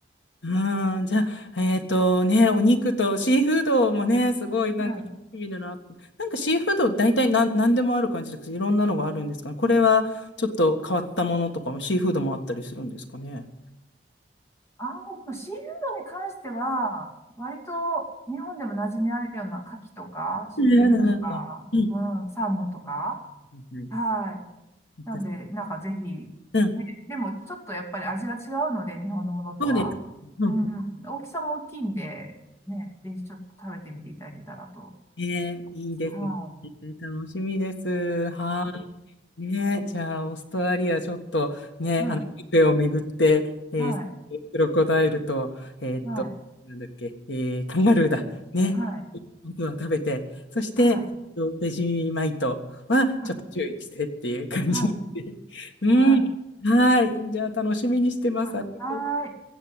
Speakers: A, on the left; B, on the left.
A: うんじゃあ、えっとね、お肉とシーフードもね、すごいなんか楽しみだな。
B: はい。
A: なんかシーフード大体なん何でもある感じですけど、いろんなのがあるんですかねこれはちょっと変わったものとかも、シーフードもあったりするんですかね。
B: ああ、でもシーフードに関しては、割と日本でも馴染みあるような牡蠣とか、シュリンプとか、
A: うん、んうん。
B: うん、サーモンとか、
A: うん。
B: はい。なんで、
A: うん。
B: なんかぜひ、ね、
A: うん
B: でもちょっとやっぱり味が違うので、日本のものとは。
A: そうです。うん。
B: うん、大きさも大きいんで、ね、ぜひちょっと食べてみていただけたらと。
A: ねえ、いいですね。
B: はい。
A: 楽しみです。はい。ねえ、じゃあ、オーストラリア、ちょっとね、
B: はい。
A: あの、ビュッフェを巡って、えー
B: はい。
A: クロコダイルと、えーっと、
B: はい。
A: なんだっけ、えーカンガルーだ。ね。
B: はい。
A: 本当は食べて、そして、
B: はい。
A: えっと、ベジマイトはちょっと注意してっていう感じで。
B: はい。はい。
A: <laughs> うん。
B: はい。はい。
A: はい。じゃあ、楽しみにしてます。
B: はい。
A: ありがとう
B: はい。